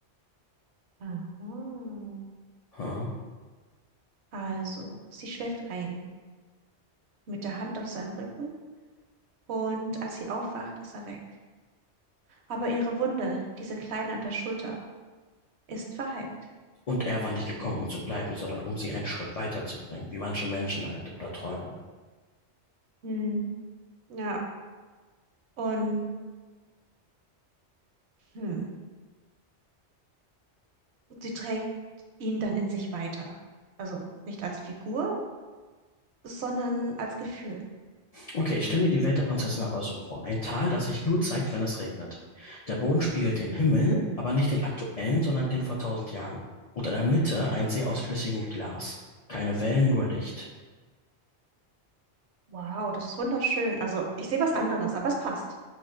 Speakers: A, on the right; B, on the left.
A: Aha.
B: Ah.
A: Also, sie schläft ein, mit der Hand auf seinem Rücken und als sie aufwacht, ist er weg. Aber ihre Wunde, diese kleine an der Schulter, ist verheilt.
B: Und er war nicht gekommen, um zu bleiben, sondern um sie einen Schritt weiterzubringen, wie manche Menschen halt oder Träume.
A: Hm, ja, und hm, sie trägt ihn dann in sich weiter. Also nicht als Figur, sondern als Gefühl.
B: Okay, ich stelle mir die Welt der Prinzessin aber so vor. Ein Tal, das sich nur zeigt, wenn es regnet. Der Boden spiegelt den Himmel, aber nicht den aktuellen, sondern den vor tausend Jahren. Und in der Mitte ein See aus flüssigem Glas. Keine Wellen, nur Licht.
A: Wow, das ist wunderschön. Also ich sehe was anderes, aber es passt.